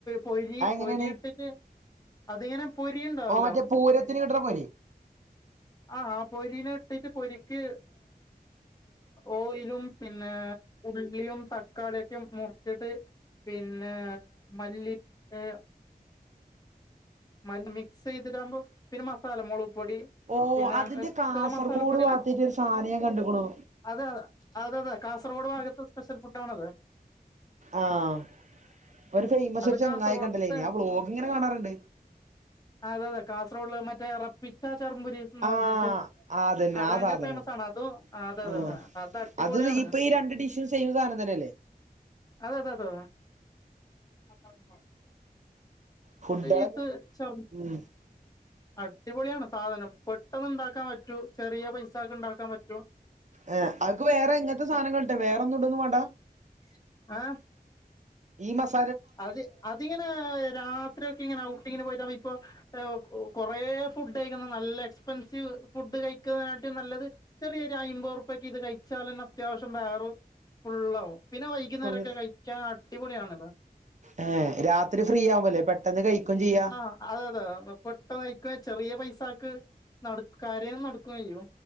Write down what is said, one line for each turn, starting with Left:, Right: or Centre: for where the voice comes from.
Left: പൊരി
Right: അതെങ്ങനെയാണ്
Left: പൊരി ഇട്ടിട്ട് അതിങ്ങനെ പൊരിണ്ടാവല്ലോ
Right: ഓ മറ്റേ പൂരത്തിന് കിട്ടണ പോലെ
Left: ആഹ ആ പോരിനെ എടുത്തിട്ട് പോരി പൊരിക് ഓയിലും പിന്നെ ഉള്ളിയും തക്കാളിയൊക്കെ മുറിച്ചിട്ട് പിന്നെ മല്ലി ഏ മല്ലി മിക്സ് ചെയ്തിടാകുമ്പോ പിന്നെ മസാല മുളക് പൊടി
Right: ഓ
Left: പിന്നെ
Right: അതിന്റെ കാസർകോഡ്
Left: ചില മസാലപ്പൊടികൾ
Right: വാത്തിൻ്റൊരു സാനെ നാകണ്ട്ക്ക്നു
Left: അതെ അത അതെ കാസർഗോഡ ഭാഗത്ത് സ്പെഷ്യൽ ഫുഡ് ആണത്
Right: ആഹ ഒരു ഫെയ്മസ്
Left: അത്
Right: ഒരു ചെങ്ങായ
Left: കാസർഗോഡത്തെ
Right: കണ്ടല്ലേ ഇനി ആ ബ്ലോഗ് ഇങ്ങനെ കാണാറുണ്ട്
Left: അതെ അതെ കാസർഗോഡ മറ്റേ റപ്പിച്ച <unintelligible> എന്ന് പറഞ്ഞിട്ട്
Right: ആഹ് അതന്നെ
Left: ആ ഭയങ്കര
Right: സാധനം
Left: ഫേമസ് ആണ് അത അതെ അതെ
Right: ആഹ്
Left: അതെ അത് അടിപൊളിയാണ്
Right: ഇപ്പൊ ഈ രണ്ട് ഡിഷും സെം സാധനം തന്നെയല്ലേ
Left: അത അതെ <unintelligible> <unintelligible>
Right: ഫുഡ്‌ളക്കെ
Left: ഇത്
Right: ഉം
Left: അടിപൊളിയാണ് സാധനം പെട്ടെന്ന് ഉണ്ടാക്കാൻ പറ്റൂ ചെറിയ പൈസാക്ക് ഉണ്ടാക്കാൻ പറ്റും
Right: ഏ അക്ക് വേറെ ഇങ്ങനത്തെ സാധനങ്ങൾിട്ട് വേറെന്നും ഇടൊന്നും വേണ്ട
Left: <unintelligible>
Right: ഈ മസ്
Left: അത് അതിങ്ങനെ രാത്രി ഒക്കെ ഇങ്ങനെ ഔട്ടിങ്ങിന് പോയിട്ട് <unintelligible> ഇപ്പൊ കൊറേ ഫുഡ് കഴിക്കുന്ന നല്ല എക്സ്പെൻസീവ് ഫുഡ് കഴിക്കുന്നതിനായിട്ടും നല്ലത് ചെറിയ അയിമ്പ്രൊപ്യക്ക് ഇത് കഴിച്ചാലന്നെ അത്യാവശ്യം വയറും ഫുള്ളാവും പിന്നെ വൈകുന്നേരക്കെ
Right: ഫുൾ
Left: കഴിക്ക്യാൻ അടിപൊളിയാണത്
Right: ഏഹ് രാത്രി ഫ്രീ
Left: <unintelligible>
Right: ആവുമല്ലേ പെട്ടെന്ന് കഴിക്കും ചെയ്യാ
Left: ആ അതതെ പെട്ടെന്ന് <unintelligible> ചെറിയ പൈസാക്ക് <unintelligible> കാര്യ നടക്കുവയ്യോ